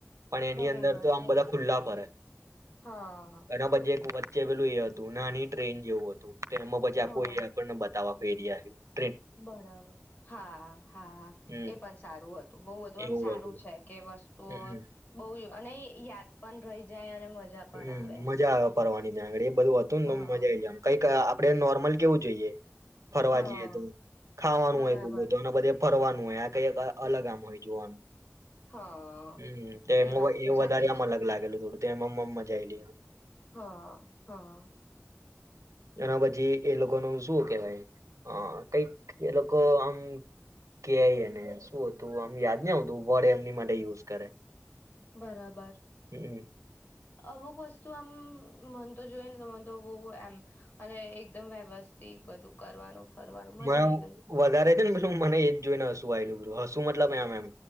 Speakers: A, on the right; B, on the left.
A: પણ એની
B: બરાબર
A: અંદર તો આમ
B: છે
A: બધા ખલ્લા પર
B: હા
A: ઘણા બધે. વચે પેલું, એ હતું નાની ટ્રેન જેવું હતું. તો, એમાં પછી આખું
B: હા
A: એયાગળને? દાવફ એરિયા આપ.
B: બરાબર, હા, હા,
A: હમ
B: એ પણ સારું હતું. બહ બધું આમ
A: એવું
B: સારું
A: હતું
B: છે. કે, વસ્તુઓ
A: હમ
B: બહુ અને યા. પણ રહી જાય અને. મજા પણ
A: હમ,
B: આવે એમ.
A: મજા આવે ફરવાની. ઝડી. બધું હતું ને,
B: હા.
A: તો મજા આઈ, જમ કંઈક આપડે નોર્મલ કેવું. જોઈએ. ફરવા
B: હા
A: જઈએ તો ખાવાનું
B: બરાબર
A: હોય બ તો આના બધે. ફરવાનું હોય આ કંક અલગ આમ હોય, જોવાનું.
B: હા
A: હમ, એમ
B: એ વાત તો
A: એવ
B: સાચી
A: વધારે આમ
B: છે.
A: અલગ લાગેલું થોડું. તેમમાં. મ મજા આેલી.
B: હા, હા.
A: એના પછી, એ લોકો ન શું કેવાય? કંઈક એ લોકો આમ કેયને શું હતું, આમ યાદ ન આવ તું વર્ડ એમની માટે યુઝ કરે.
B: બરાબર.
A: હમ
B: અમુક વસ્તુ આ. મન તો, જોઈ ને તને તો બહુ એમ અને એકદમ વ્યવસ્થિત બધું. કરવાનું ફરવાનું મજા
A: મ
B: આઈ ગઈ.
A: વધારે છે ને. <unintelligible> <inaudible> મને એ જ જોઈને શું થયું? શું મતલબ? એમ